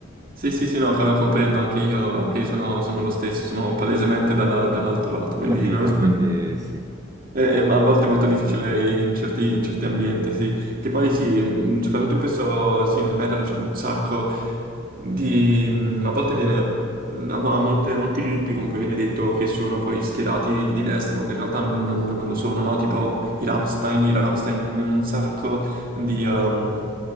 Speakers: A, on the right; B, on the right.
A: Sì, sì, sì, no, ca- comprendo, anche io, anche io sono, sono lo stesso, sono palesemente dalla- dall'altro lato, quindi
B: capito?
A: no.
B: Quindi sì.
A: Eh, eh, ma a volte è molto difficile in certi, in certi ambienti, sì. Che poi sì, mh, soprattutto in questo, sì, nel metal c'è un sacco di... mh, A volte viene... mm, A, mo- a molte- a molti gruppi comunque viene detto che sono poi schierati di destra, ma in realtà non, non lo sono, no? Tipo i Rammstein, i Rammstein in un sacco di, ehm,